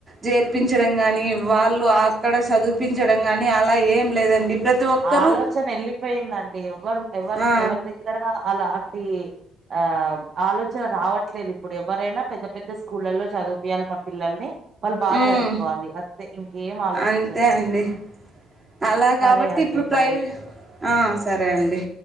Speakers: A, on the right; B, on the right.
A: చేర్పించడం గాని వాళ్ళు అక్కడ చదివిపించడం గాని అలా ఏం లేదండి ప్రతి ఒక్కరూ
B: ఆ ఆలోచన వెళ్ళిపోయిందండి ఎవరు ఎవరు
A: ఆ
B: ఎవరి దగ్గర అలాంటి ఆ ఆలోచన రావట్లేదు ఇప్పుడు ఎవరైనా పెద్ద పెద్ద స్కూళ్ళలో చదివిపియాలి మా పిల్లల్ని వాళ్ళు బాగా
A: ఉమ్
B: చదువుకోవాలి అంతే ఇంకేం ఆలోచించట్లేదు
A: అంతే అండి అలా
B: సరే
A: కాబట్టి
B: అండి
A: ఇప్పుడు ప్రైవే
B: మరి
A: ఆ సరే అండి